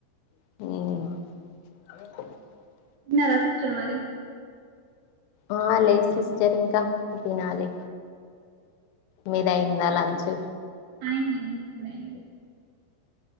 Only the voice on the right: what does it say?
తిన్నారా సిస్టర్ మరి.
అయింది అయింది ఇప్పుడే అయ్యింది